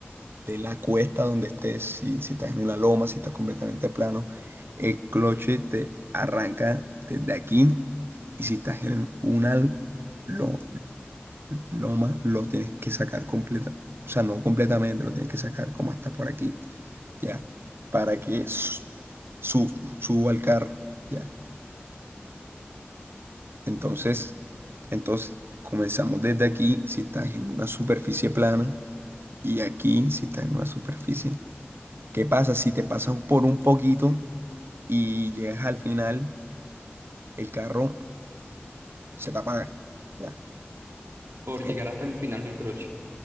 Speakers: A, on the right; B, on the right.
A: de la cuesta donde estés, si, si estás en una loma, si estás completamente plano, el cloche te arranca desde aquí y si estás en una l- lo- loma, lo tienes que sacar completa, o sea, no completamente, lo tienes que sacar como hasta por aquí, ya, para que s- su- suba al carro, ya. Entonces, entonces, comenzamos desde aquí, si estás en una superficie plana, y aquí, si estás en una superficie ¿Qué pasa si te pasas por un poquito y llegas al final, el carro se te apaga? Ya.
B: Por
A: Eh,
B: llegar hasta el final del crochet.